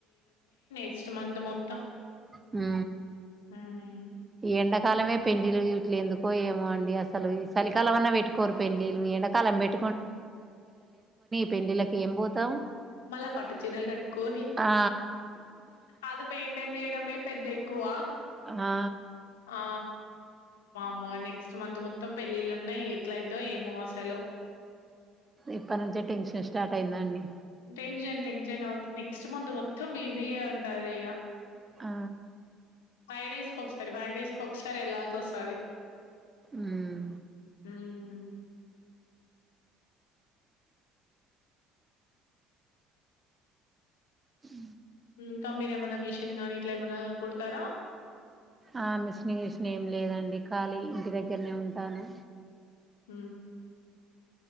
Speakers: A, on the left (about 75°); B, on the right (about 25°).
A: నేక్స్ట్ మంత్ మొ
B: హు
A: ఉమ్
B: ఈ ఎండక్ కాలమే పెండ్లిళ్ళు గిట్ల ఎందుకో ఏమో అండి అసలు ఈ చలికాలం అన్న పెట్టుకోరు పెండ్లిళ్లు ఎండకాలం పెట్ పెండ్లిలకి ఏం పోతాం
A: మళ్ళా పట్టు చిరలు కట్టుకొని
B: ఆ
A: అది మేమ్ చేయడమే పెద్ద ఎక్కువ
B: ఆ
A: ఆ ము నెక్స్ట్ మంత్ మొత్తం పెళ్ళిళ్ళున్నాయి ఎట్లయిదో ఏమో అసలు
B: ఇప్పటి నుంచే టెన్షన్ స్టార్ట్ అయిందా అండి
A: టెన్షన్ టెన్షన్ అవుత్ నెక్స్ట్ మంత్ మొత్తం బీ ఇయ ఉంటారు ఇక
B: ఆ
A: ఫైవ్ డేస్ క ఒకసారి ఫైవ్ డేస్ క ఒకసారి వెళ్ాల్సి వస్తుంది
B: మ్మ్
A: హ్మ్మ్
B: ఉ
A: ఇంకా మీర ఏమైనా మిషిన్ గానీ ఇట్లా ఏమైనా కుడతారా
B: ఆ మిస్నింగ్షన్ ఏం లేదండి ఖాళీ ఇంటి దగ్గరనే ఉంటాను
A: హ్మ్మ్